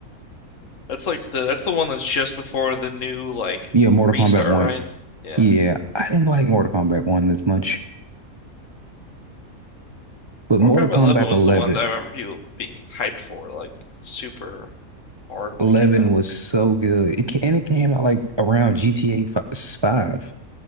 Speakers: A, on the left (about 60°); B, on the right (about 30°).
A: That's like the that's the one that's just before the new like
B: Yeah, Mortal
A: restart,
B: Kombat 1.
A: right? Yeah.
B: Yeah, I didn't like Mortal Kombat 1 this much, but
A: Mortal
B: Mortal
A: Kombat
B: Kombat
A: 11 was
B: 11.
A: the one that I remember people being hyped for, like super hard when
B: 11
A: it came out.
B: was so good. It, ca- and it came out like around GTA 5.